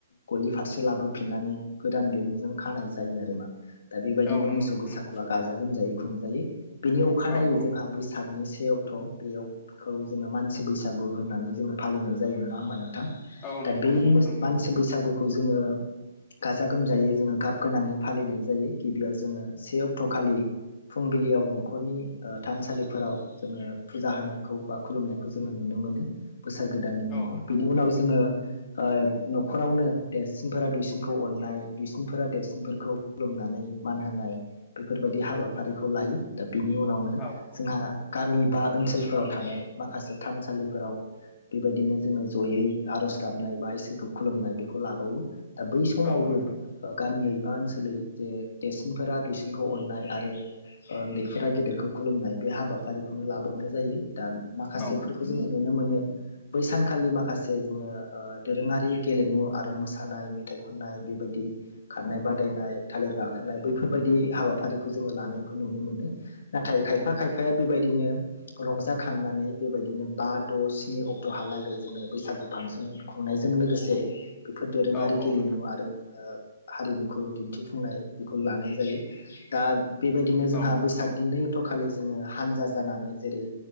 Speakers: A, on the left; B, on the left.
A: गलि फारसे लाबोफिननानै गोदान दिरुंजों खानाय जायो आरोमा दा बेबायदिनो
B: औ नंगौ
A: मोसौ
B: नोंथां
A: बैसागुआ
B: नंगौ
A: गाजा गोमजायै खुंजायो बिनि अखानायै
B: औ औ
A: जोंहा बैसागनि से अक थ' बेयाव खौ जोङो मानसि बैसागु होननानै जोङो फालिनाय जायो नङा होमबा नों था
B: औ नोंखौ
A: दा बे
B: नंगौ
A: मोस
B: नोंथां नंगौ
A: मानसि बैसागुखौ जोङो गाजा-गोमजायै जोङो गाब गोनाङै फालिनाय जायो गिबियाव जोङो से अक्ट' खालि फुंबिलियाव न'खरनि ओ थानसालिफोराव जोङो फुजा होनायखौ बा खुलुमनायखौ जोङो नुनो मोनो बोसोर गोदाननि मुङाव
B: औ नोंथां
A: बेनि उनाव ज जोङो ओ न'खरावनो देरसिनफोरा दुइसिनखौ अननाय दुइसिनफोरा देरसिनफोरखौ खुलुमनानै मान होनाय बेफोरबायदि हाबाफारिखौ लायो दा बिनि उनावनो
B: औ औ
A: जोंहा गामि बा ओनसोलफोराव थानाय माखासे थानसालिफोराव बेबायदिनो जोङो जयै आर'ज गाबनाय बा इसोरखौ खुलुमनाय बेखौ लाबावो दा बै समावबो
B: औ नोंथां
A: ओ गामियै बा ओनसोलै जे देरसिनफोरा दुइसि <unintelligible> खौ अन्नाय आरो उन्दैफोरा गेदेरखौ खुलुमनाय बे हाबाफारिखौनो लाबावनाय जायो दा माखासेफोरखौ
B: औ
A: जोङो नुनो मोनो बै सानखालि माखासे जोङो ओ दोरोङारि गेलेमु आरो मोसानाय मेथाइ खननाय बेबादि खारनाय बादायनाय थालिर गाखोनाय बैफोरबायदि हाबाफारिखौ जोङो लानायखौ नुनो मोनो नाथाय खायफा-खायफाया बेबायदिनो रंजाखांनानै बेबायदिनो बा द' स्नि अक्ट'हालागै जोङो बैसागु फांसन खुंनायजों लोगोसे बेफोर दोरोङारि
B: औ
A: गेलेमु
B: नोंथां
A: आरो ओ हारिमुखौ दिन्थिफुंनाय बेखौ लानाय जायो। दा बेबायदिनो जोंहा
B: औ नोंथां
A: बैसागनि
B: औ
A: नै अक्त' खालि जोङो हानजा जानानै जेरै